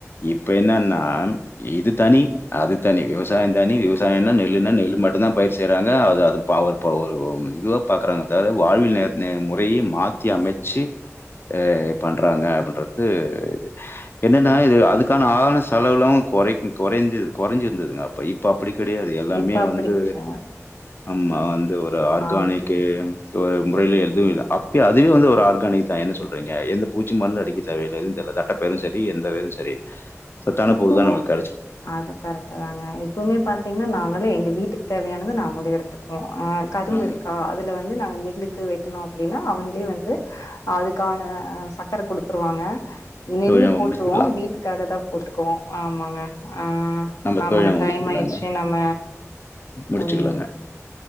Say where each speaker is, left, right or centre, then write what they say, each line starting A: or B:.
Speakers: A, on the left; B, on the left.
A: இப்ப என்னன்னா இது தனி அது தனி விவசாயம் தனி விவசாயன்னா நெல்லுன்னா நெல்லு மட்டும்தா பயிர் செய்யனு ங்க அது அது பவரு பவர் வ இதுவா பாக்றாங்க தவர வாழ்வியல் நேரத்த நே முறையே மாத்தி அமைச்சு அ பண்றாங்க அப்ப அடுத்து இது என்னன்னா இது அதுக்கான ஆவண செலவுலு கொறை கொறைஞ்ச கொறைஞ்சிருந்ததுங்க அப்ப இப்பப் அப்டி கெடையாது எல்லாமே
B: இப்ப அப்படி
A: வந்து
B: கிடையாது.
A: நம்ம வந்து ஒரு ஆர்கானிக்கு
B: ஆமா.
A: இங்க ஒரு முறையில எழுதுதவு இல்ல அப்பே அதுவே வந்து ஒரு ஆர்கானிக்தா என்ன சொல்றீங்க எது பூச்சி மருந்து அடிக்க தேவையில்ல எது தெர்ல தட்டப்ப பேரு சரி எந்த இது சரி சத்தான
B: இப்பவுமே
A: போருதா நமக்
B: அது கரெக்ட் தாங்க இப்பவுமே பாத்தீங்கன்னா நாங்களு எங்க வீட்டுக்கு தேவையானது இது நாங்களு எடுத்துக்குவோ ஆ கரும்பு
A: ஆமா
B: இருக்கா அதுல வந்து நாங்க வில்லுக்கு வெட்டணு அப்டின்னா அவங்களே வந்து அதுக்கான சர்கக்கர குடுத்துருவாங்க நெல்லு
A: தோழி நம்ம
B: போட்டுருவோ
A: முடிச்சுக்கலாம்
B: வீட்டுக்கு அததா போட்டுக்குவோ ஆமாங்க ஆ
A: நம்ம
B: ஆமாங்க
A: தோழி நம்ம
B: டைம்
A: முடிச்சுக்கலாங்க
B: ஆயிடுச்சு நம்ம
A: முடிச்சுக்கலாங்க
B: போய்